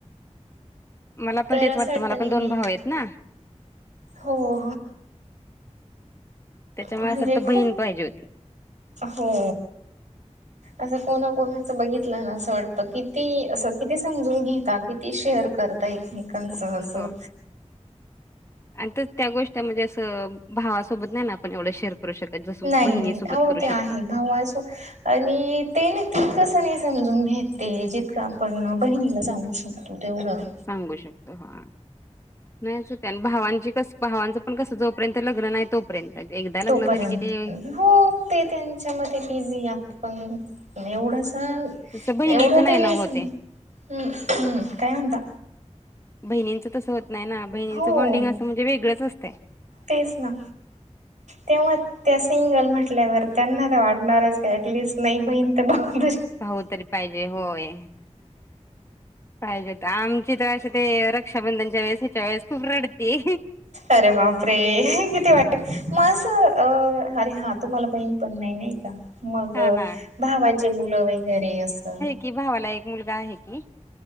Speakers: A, on the left (about 25°); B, on the right (about 85°).
A: मला पण
B: तर
A: तेच
B: असं
A: वाटतं मला
B: नाही
A: पण दोन
B: नाही
A: भाऊ आहेत ना
B: हो
A: त्याच्यामुळे
B: म्हणजे
A: असं वा तर
B: खूप
A: बहीण पाहिजे होती.
B: हो असं कोणा कोणाच बघितलं ना असं वाटत किती असं किती समजून घेता कि ते शेअर करता एकमेकांच असं
A: हो. आणि त्या गोष्टी म्हणजे असं भावासोबत नाही ना आपण एवढं शेअर. <unintelligible>
B: नाही
A: बहिणीसोबत
B: नाही हो
A: करू
B: ते
A: शकतो.
B: आहे भाऊ अस आणि ते ना तितकसं नाही समजून घेते जितकं आपण बहिणीला सांगू शकतो. तेवढं.
A: सांगू शकतो हा. नाहीच होत्या भावांची कस भावांचं पण कसं जोपर्यंत लग्न नाही तो र्यंत एकदा लग्न
B: तोपर्यंत
A: झाले की ते.
B: हो ते त्यांच्यामध्ये बिझी आपण एवढंसं.
A: तसं बहिणीचं
B: एवढंतही नाही
A: ना होते
B: हम्म हम्म. काय म्हणतता?
A: बहिणींचं तसं होत नाही ना बहिणींचं
B: हो
A: बॉन्डिंग असं म्हणजे वेगळंच असतंय.
B: तेच ना तेव्हा त्या सिंगल म्हटल्यावर त्यांना तर वाटणारच का ऍटलिस्ट नाही बहीण तर बघत
A: भाऊ तरी पाहिजे होय. पाहिजे आमचे तर असं ते रक्षाबधनच्या वेळेस हिच्या वेळेस खूप रड ते.
B: अरे बापरे किती मग असं अ अरे हा तुम्हाला बहीण पण नाही नाही का मग
A: हा ना
B: भावाचे मुलं वगैरे असं.
A: कि भावाला एक मुलगा आहे की.